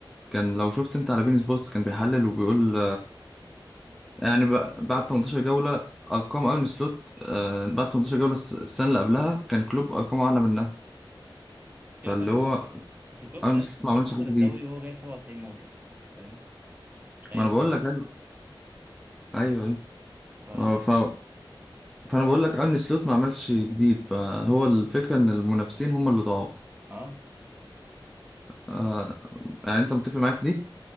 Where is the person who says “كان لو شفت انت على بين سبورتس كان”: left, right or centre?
Centre